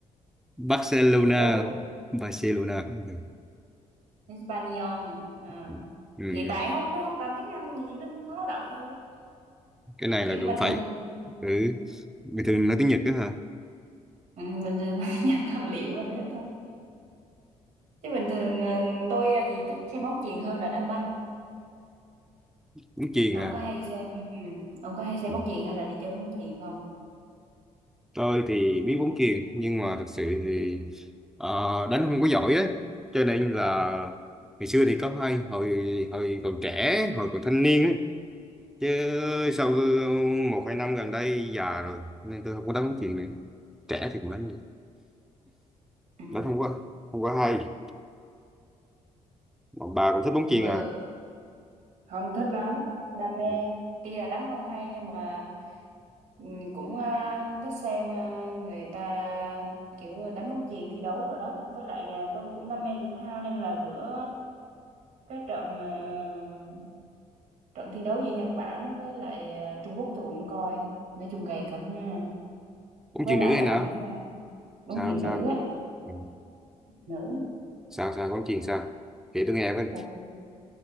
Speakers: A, in the centre; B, on the right (about 70°).
A: Barcelona
B: Thì tôi có
A: Barcelona ừ.
B: Espanyol. À.
A: Ừ. ừ.
B: Thì tại không không rành tiếng Anh nhìn nên khó đọc thôi.
A: cái này
B: Kiểu
A: là cũng
B: bình
A: phải
B: thường ừ.
A: ừ. bình thường nói tiếng Nhật đó hả
B: Ừ, bình thường mới <laughs> nhặt tài liệu qua đấy thôi. Chứ bình thường ờ, tôi ờ, thì thích xem bóng chuyền hơn là đá banh.
A: cũng chiền
B: Ông
A: à
B: có hay xem ừ. ừ, Ông có hay xem
A: Ừ.
B: bóng chuyền hay là đi chơi bóng chuyền không?
A: tôi thì biết bóng chuyền nhưng mà thực sự thì ờ, đánh không có giỏi ấy cho nên là ngày xưa thì có hay hồi hồi còn trẻ hồi còn thanh niên ấy chứ sau một hai năm gần đây già rồi nên tôi không có đánh bóng chuyền nữa trẻ thì cũng đánh được
B: Ừ.
A: đánh không có không có hay bọn bà cũng thích bóng chuyền
B: Bữa
A: à
B: không thích lắm đam mê
A: Ừ.
B: tuy là đánh không hay nhưng mà ừm, cũng à, thích xem à, người ta kiểu đánh bóng chuyền thi đấu rồi đó với lại à, tôi cũng đam mê thể thao nên là bữa cái trận à, trận thi đấu giữa Nhật Bản với lại à, Trung Quốc tôi cũng coi nói chung gay cấn ha.
A: bóng
B: với
A: chuyền
B: lại
A: nữ hay nào
B: ông biết sao bóng
A: sao
B: chuyền
A: sao
B: nữ á
A: ừ.
B: nữ
A: sao sao bóng chuyền sao kể tôi nghe với
B: Trời ơi,